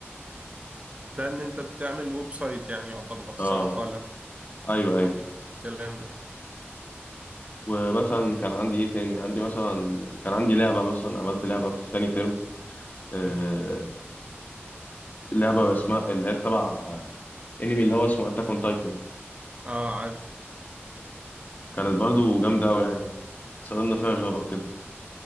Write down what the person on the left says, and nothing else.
اه
أيوه
أيوه
ومثلا كان عندي إيه تاني عندي مثلا كان عندي لعبة مثلا عملت لعبة في تاني ترم آه
لعبة اسمها اللي هي تبع انمي اللي هو اسمه أتاك أون تايتن
كانت برضو جامدة أوي يعني استخدمنا فيها جافا وكده